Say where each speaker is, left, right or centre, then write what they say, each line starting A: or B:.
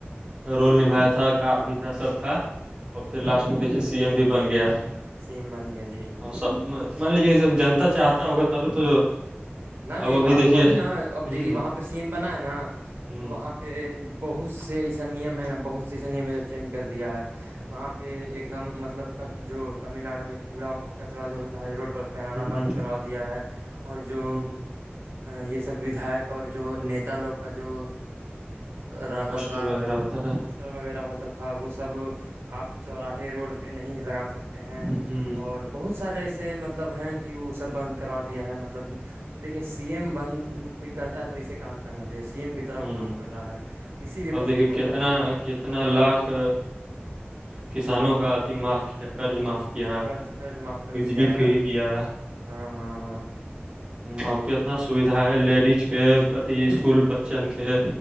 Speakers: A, on the right; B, on the right.
A: رول نبھایا تھا کار بھی تھا سب تھا اور پھر لاسٹ میں دیکھیے سی ایم بھی بن گیا
B: سی ام بن گیا جی جی
A: اور سب مان لیجیے جب جنتا چاہتا ہوگا تبھی تو
B: نہ جی
A: اب ابھی
B: ہاں
A: دیکھیے
B: تو وہی نا اب
A: ہ
B: دیکھیے وہاں پہ سی ایم بنا ہے نا
A: ہ
B: تو وہاں پہ بہت سے ایسا نیم ہے نا بہت سے ایسا نیم ہے جو چینج کر دیا ہے وہاں پہ ایک دم مطلب جو تمل ناڈو میں کوڑا کچڑا جو ہوتا ہے روڈ پر پھیلانا
A: ہ
B: بند کروا دیا ہے اور جو
A: ہ
B: یہ سب وداک اور جو نیتا لوگ کا جو رہتا
A: پوسٹر
B: تھا
A: وغیرہ ہوتا ہے
B: پوسٹر وغیرہ ہوتا تھا وہ سب آپ چوراہے روڈ پہ نہیں لگا سکتے ہیں
A: ہ
B: اور بہت بہت سارے ایسے مطلب ہیں کہ وہ سب بند کروا دیا ہے مطلب وہ دیکے سی ایم بن کوئی کرتا ہے تو اسے کام کرنا چاہیے سی ایم وہ
A: ہ
B: کام کر رہا ہے اسی لیے
A: اب
B: پسند
A: دیکھیے
B: پڑتا
A: کتنا
B: ہے وہ
A: کتنا لاکھ کسانوں کا اتھی معاف کیا قرض معاف کیا
B: قرض قرض معاف کر
A: بجلی
B: دیا ہے
A: فری کیا
B: ہاں ہاں ہاں
A: اور کتنا سویدھا ہے لیڈیز کے اتی اسکول بچن کے